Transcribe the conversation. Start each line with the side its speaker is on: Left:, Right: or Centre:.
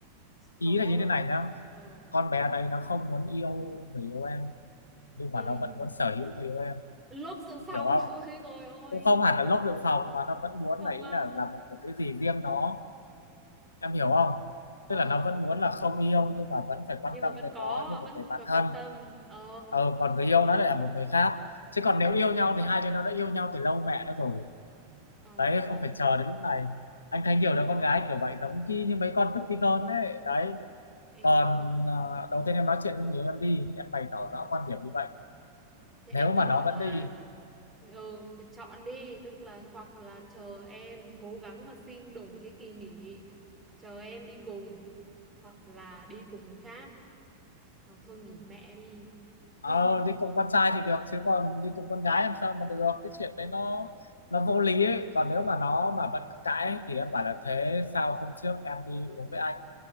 Left: Ý
Right: khó
Left: là như thế này nhá.
Right: ừ.
Left: Con bé đấy nó không muốn yêu người yêu em. Nhưng
Right: ừ.
Left: mà nó vẫn muốn sở hữu người yêu em.
Right: lốp dự
Left: Em
Right: phòng
Left: hiểu không?
Right: <laughs> ôi rồi ôi
Left: Cũng không hẳn là lốc dự phòng mà nó vẫn muốn
Right: không
Left: là
Right: á
Left: ý là là một, một cái gì riêng nó. Em hiểu không?
Right: ờ
Left: Tức là nó vẫn muốn là không yêu nhưng mà vẫn phải quan
Right: nhưng mà
Left: tâm
Right: vẫn
Left: đến
Right: có
Left: nó như một
Right: vẫn
Left: người
Right: có
Left: bạn thân
Right: quan tâm ờ
Left: ờ, còn người yêu nó lại là một người khác chứ còn nếu yêu
Right: Ừ,
Left: nhau thì hai đứa nó đã yêu nhau từ lâu mẹ nó rồi
Right: ờ
Left: đấy
Right: ha.
Left: không phải chờ đến lúc này anh thấy nhiều đứa con gái kiểu vậy giống như, như mấy con tức tí con ấy đấy
Right: Ê,
Left: còn ờ, đầu tiên em nói chuyện với người yêu em đi em bày tỏ rõ quan điểm như vậy
Right: thế
Left: nếu
Right: em cứ
Left: mà
Right: bảo
Left: nó
Right: là
Left: vẫn đi
Right: ừ phải chọn đi, tức là hoặc là chờ em cố gắng mà xin đổi cái kỳ nghỉ, chờ em đi cùng hoặc là đi cùng người khác, hoặc thôi nghỉ mẹ đi.
Left: ờ,
Right: <laughs>
Left: đi cùng con trai thì được chứ còn đi cùng con gái làm sao mà được cái chuyện đấy nó nó vô lý ấy còn nếu mà nó mà vẫn cãi thì em bảo là thế sao hôm trước em đi uống với anh